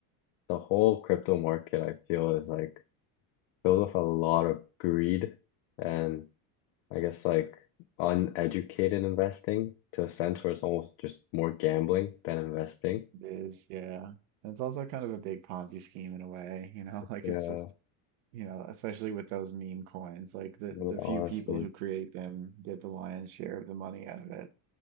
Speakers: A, on the left (about 55°); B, on the right (about 65°).
A: the whole crypto market, I feel is like filled with a lot of greed and I guess like uneducated investing to a sense where it's almost just more gambling than investing.
B: It is, yeah. And it's also kind of a big Ponzi scheme in a way, you know, <laughs> like
A: Yeah,
B: it's just, you know, especially with those meme coins, like the
A: well,
B: the
A: honestly.
B: few people who create them get the lion's share of the money out of it.